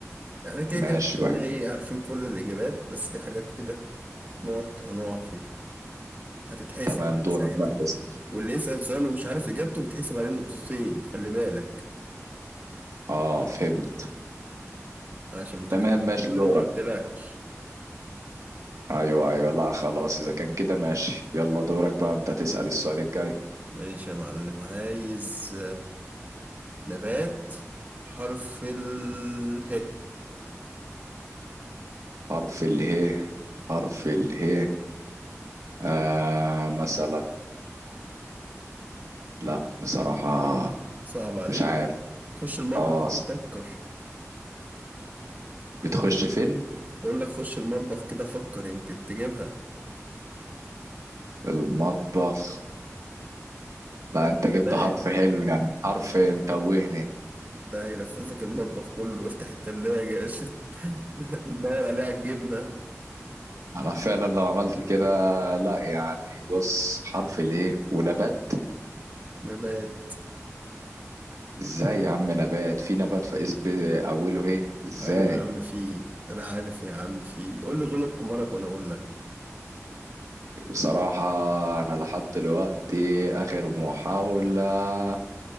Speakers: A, on the right; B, on the right.
A: يعني كده
B: ماشي
A: كده هتلاقينا
B: واحد
A: ايه عارفين كل الإجابات بس في حاجات كده نقط هنقع فيها هتتحسب
B: تمام دورك
A: ساعتها
B: بقى اسأل
A: واللي يسأل سؤال ومش عارف إجابته بتحسب عليه نقطتين خلي بالك
B: اه فهمت
A: عشان ما ترجعش
B: تمام ماشي
A: تقول
B: دورك
A: لي ما قلتلكش
B: ايوه ايوه لا خلاص اذا كان كده ماشي يلا دورك بقى انت تسأل السؤال الجاي
A: ماشي يا معلم عايز نبات حرف اله
B: حرف اله حرف اله آه مثلا لا بصراحة
A: صعب عليك
B: مش عارف
A: خش المطبخ
B: اه ص-
A: فكر
B: بتخش فين
A: بقول لك خش المطبخ كده فكر يمكن تجيبها
B: في المطبخ لا انت جبت
A: نبات
B: حرف حلو يعني حرف متوهني
A: ده هيلففك المطبخ كله افتح التلاجة يا باشا <laughs> ندور عليه على الجبنة
B: انا فعلا لو عملت كده لا يعني بص حرف ليه ونبات
A: نبات
B: ازاي يا عم نبات في نبات في اس- ب- اوله ايه ازاي
A: ايوه يا عم في إيه؟ انا عارف يا عم في إيه. قول لي غلب حمارك وانا اقول لك
B: بصراحة انا لحد دلوقتي اخر محاولة